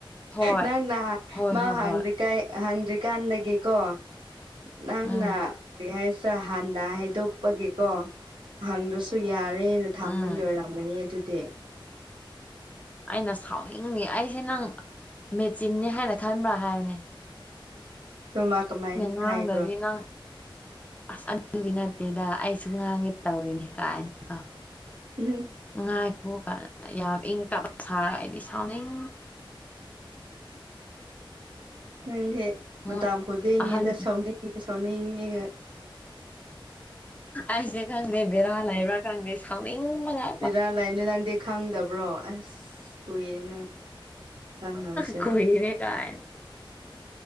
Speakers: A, on the left; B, on the right.
A: ꯍꯣꯏ
B: ꯅꯪ ꯅꯍꯥꯟ
A: ꯍꯣꯏ
B: ꯃꯥ
A: ꯍꯣꯏ
B: ꯍꯥꯡꯖꯤꯛ
A: ꯍꯣꯏ
B: ꯀ ꯍꯪꯗ꯭ꯔꯤꯀꯥꯟꯗꯒꯤꯀꯣ ꯅꯪꯅ
A: ꯎꯝ
B: ꯀꯔꯤ ꯍꯥꯏꯁꯤ ꯍꯥꯟꯅ ꯍꯥꯏꯗꯣꯛꯄꯒꯦꯀꯣ ꯍꯪꯗ꯭ꯔꯁꯨ ꯁꯨ ꯌꯥꯔꯦꯅ ꯊꯝꯕꯒꯤ
A: ꯎꯝ
B: ꯑꯣꯏꯔꯝꯒꯅꯤ ꯑꯗꯨꯗꯤ
A: ꯑꯩꯅ ꯁꯥꯎꯅꯤꯡꯉ ꯑꯩꯁꯦ ꯅꯪ ꯃꯦꯆꯤꯟꯅꯤ ꯍꯥꯏꯅ ꯈꯟꯕ꯭ꯔꯥ ꯍꯥꯏꯕꯅꯤ
B: ꯑꯣꯃ ꯀꯃꯥꯏꯅ
A: ꯉꯥꯡꯗ꯭ꯔꯗꯤ
B: ꯍꯥꯏꯕ꯭ꯔꯣ
A: ꯅꯪ ꯑꯁ ꯑꯗꯨꯒꯤ ꯅꯠꯇꯦꯗ ꯑꯩꯁꯨ ꯉꯥꯡꯉꯦ ꯇꯧꯔꯤꯅꯦ ꯀꯥꯏꯅꯀꯣ
B: ꯎꯝ <inaudible>
A: ꯉꯥꯏꯈꯣ ꯒꯥꯏꯅ ꯌꯥꯝ ꯏꯪ ꯇꯞ ꯁꯥꯔꯒ ꯑꯩꯗꯤ ꯁꯥꯎꯅꯤꯡ
B: ꯅꯪ ꯍꯦꯛ ꯃꯇꯥ
A: ꯃꯣꯏ
B: ꯈꯣꯗꯤꯡꯉꯦꯗ
A: ꯑꯍꯟ
B: ꯁꯥꯎꯅꯤꯡ <unintelligible> ꯁꯥꯎꯅꯤꯡ ꯉꯦ ꯉꯥ <unintelligible>
A: ꯑꯩꯁꯦ ꯈꯪꯗꯦ ꯕꯦꯔꯥ ꯂꯩꯕ꯭ꯔꯥ ꯈꯪꯗꯦ ꯁꯥꯎꯅꯤꯡꯕꯒ
B: ꯕꯦꯔꯥ ꯂꯥꯏꯅꯦ ꯅꯪꯗꯤ ꯈꯪꯗꯕ꯭ꯔꯣ ꯑꯁ ꯀꯨꯏꯔꯦ ꯅꯪ ꯈꯪꯗꯕꯁꯦ
A: ꯀꯏ <unintelligible> ꯀꯥꯏ